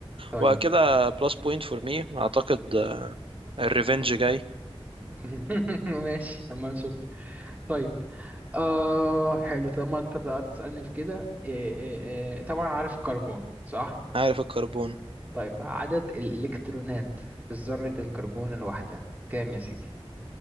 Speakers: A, on the right; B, on the right.
A: طيب
B: وكده بلس بوينت فور مي أعتقد الريفنج جاي
A: <laughs> ماشي اما نشوف طيب آه حلو طالما انت بقى بتسألني في كده إيه إيه إيه. طبعا عارف الكربون صح؟
B: عارف الكربون
A: طيب عدد الإلكترونات في ذرة الكربون الواحدة كام يا سيدي؟